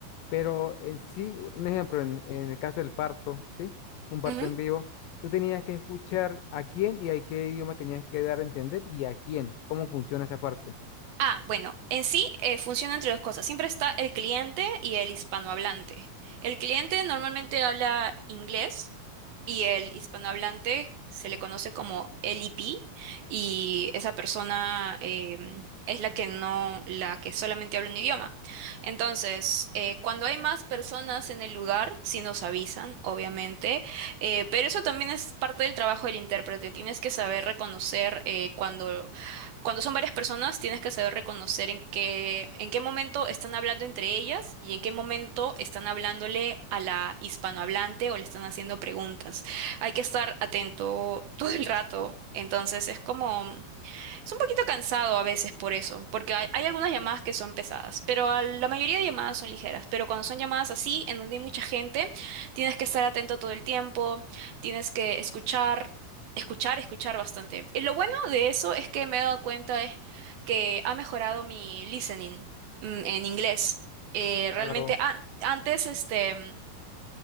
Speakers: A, on the left (about 75°); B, on the right (about 75°).
A: Pero en sí, un ejemplo, en, en el caso del parto, ¿sí? Un parto
B: ujú.
A: en vivo, tú tenías que escuchar a quién y a qué idioma tenías que dar a entender y a quién, cómo funciona esa parte.
B: Ah, bueno, en sí eh, funciona entre dos cosas. Siempre está el cliente y el hispanohablante. El cliente normalmente habla inglés. y el hispanohablante se le conoce como LIP y esa persona em, es la que no, la que solamente habla un idioma. Entonces, eh, cuando hay más personas en el lugar, sí nos avisan, obviamente, eh, pero eso también es parte del trabajo del intérprete. Tienes que saber reconocer eh, cuando cuando son varias personas, tienes que saber reconocer en qué, en qué momento están hablando entre ellas y en qué momento están hablándole a la hispanohablante o le están haciendo preguntas. Hay que estar atento todo el rato. Entonces, es como es un poquito cansado a veces por eso, porque hay, hay algunas llamadas que son pesadas, pero a la mayoría de llamadas son ligeras. Pero cuando son llamadas así, en donde hay mucha gente, tienes que estar atento todo el tiempo, tienes que escuchar, escuchar, escuchar bastante. Y lo bueno de eso es que me he dado cuenta es que ha mejorado mi listening mm, en inglés. Eh, realmente
A: Claro,
B: an- antes, este,